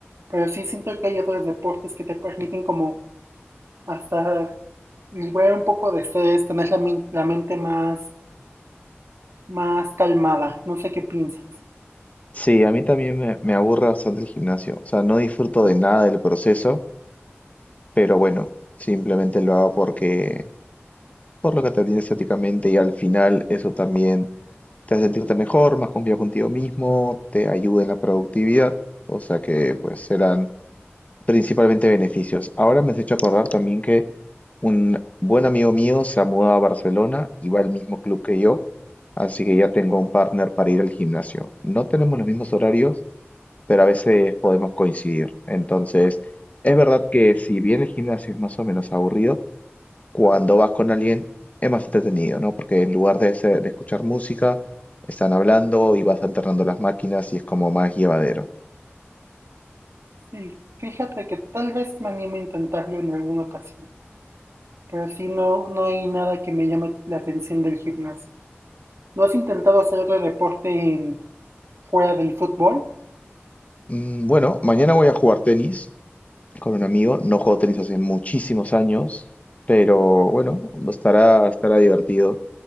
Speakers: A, on the right; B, on the left.
A: Pero sí siento que hay otros deportes que te permiten como hasta liberar un poco de estrés, tener la, la mente más, más calmada. No sé qué piensas.
B: Sí, a mí también me, me aburre bastante el gimnasio. O sea, no disfruto de nada del proceso, pero bueno, simplemente lo hago porque, por lo que te brinda estéticamente y al final eso también te hace sentirte mejor, más confiado contigo mismo, te ayuda en la productividad. O sea que pues serán principalmente beneficios. Ahora me has hecho acordar también que un buen amigo mío se ha mudado a Barcelona y va al mismo club que yo, así que ya tengo un partner para ir al gimnasio. No tenemos los mismos horarios, pero a veces podemos coincidir. Entonces, es verdad que si bien el gimnasio es más o menos aburrido, cuando vas con alguien es más entretenido, ¿no? Porque en lugar de, ser- de escuchar música, están hablando y vas alternando las máquinas y es como más llevadero.
A: Sí, fíjate que tal vez me anime a intentarlo en alguna ocasión, pero sí no, no hay nada que me llame la atención del gimnasio. ¿No has intentado hacer otro deporte en, fuera del fútbol?
B: Mm, Bueno, mañana voy a jugar tenis. con un amigo. No juego tenis hace muchísimos años, pero bueno, estará, estará divertido